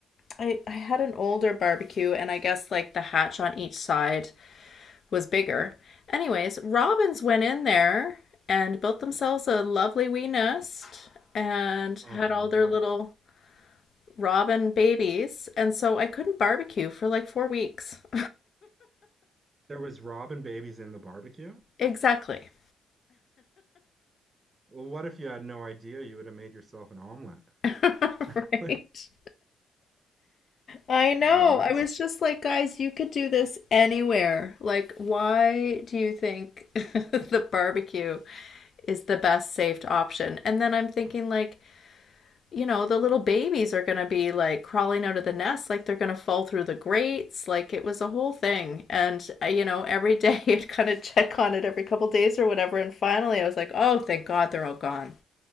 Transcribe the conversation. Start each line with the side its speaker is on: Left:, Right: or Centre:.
Left: I, I had an older barbecue, and I guess like the hatch on each side was bigger. Anyways, robins went in there and built themselves a lovely wee nest and
Right: Oh
Left: had
Right: no.
Left: all their little Robin babies, and so I couldn't barbecue for like four weeks. <laughs>
Right: There was robin babies in the barbecue?
Left: Exactly.
Right: Well, what if you had no idea you would have made yourself an omelet?
Left: <laughs>
Right: <laughs>
Left: Right.
Right: Like,
Left: I know.
Right: oh, that's
Left: I was just like, guys, you could do this anywhere. Like, why do you think <laughs> the barbecue is the best saved option? And then I'm thinking, like, you know, the little babies are going to be like crawling out of the nest, like they're going to fall through the grates. Like it was a whole thing. And, uh, you know, every <laughs> day I'd kind of check on it every couple of days or whatever. And finally I was like, oh, thank God they're all gone